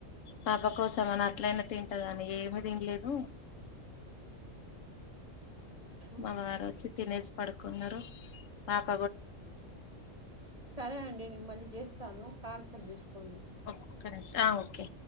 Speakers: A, on the left; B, on the right.
A: పాప కోసం
B: ఉమ్
A: అని అట్లయినా తిన్ ఇతాగాని ఏమిదింలేదు
B: ఉమ్
A: ఊ పారు వచ్చి తినేసి పడుకున్నారు పాప్
B: సరే అండి నేను మళ్ళి జేస్తాను కాల్ నిస్ ఫోని
A: ఒక్క నిమిషా ఆ ఓకే